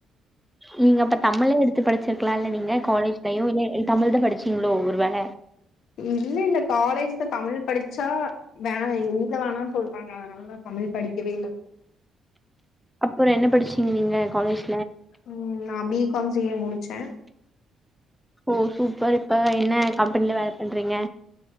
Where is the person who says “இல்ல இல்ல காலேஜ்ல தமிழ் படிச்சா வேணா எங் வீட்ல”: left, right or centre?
Left